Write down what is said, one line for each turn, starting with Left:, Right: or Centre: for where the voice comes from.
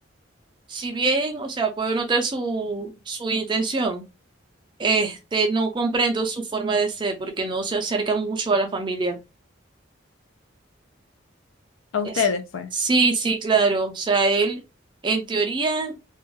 Right: si bien, o sea, puedo notar su, su intención, este, no comprendo su forma de ser, porque no se acerca mucho a la familia.
Left: A ustedes,
Right: Es,
Left: pues.
Right: sí, sí, claro. O sea, él en teoría